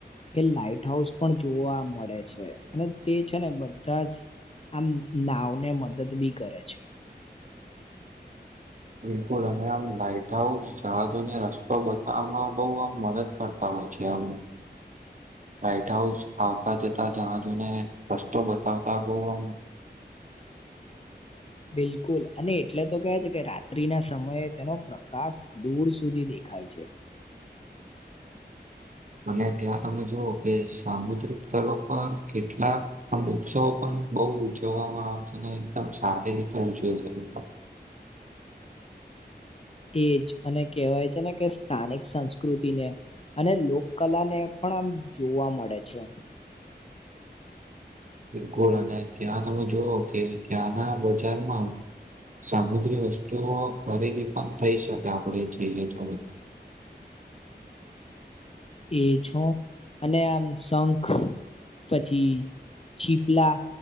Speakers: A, on the left (about 35°); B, on the right (about 45°).
A: કે લાઈટ હાઉસ પણ જોવા મળે છે અને તે છે ને બધાજ આમ નાવને મદદ બી કરે છે.
B: બિલકુલ અને આમ લાઈટ હાઉસ જહાજોને રસ્તો બતાવવામાં બોવ આમ મદદ કરતા હોય. <unintelligible> આમ.
A: હ <unintelligible>
B: લાઈટ હાઉસ આવતા જતા જહાજોને રસ્તો બતાવતા બો આમ
A: બિલકુલ અને એટલે તો કેવા છે, કે રાત્રી ના સમયે તેનો પ્રકાશ દૂર સુધી દેખ ખાય છે.
B: અને ત્યાં તમે જોુઓ કે સામુદ્રિક સ્થળો પર કેટલાક ઉત્સવ પણ બોવ ઉજવવામાં આવે છે, ને એકદમ સારી રીતે ઉજવે છે એ.
A: <inaudible> એજ અને કહેવાય છે ને કે સ્થાનિક સંસ્કૃતિને અને લોક કલા ને પણ આમ જોવા મળે છે.
B: બિલકુલ અને ત્યાં તમે જોુવો કે ત્યાંના બજારમાં સામુદ્રી વસ્તુઓ ખરીદી પણ થઈ શકે આપડે જઈએ ત્યાંરે
A: <inaudible> એ છો અને આમ શંખ પછી છીપલા.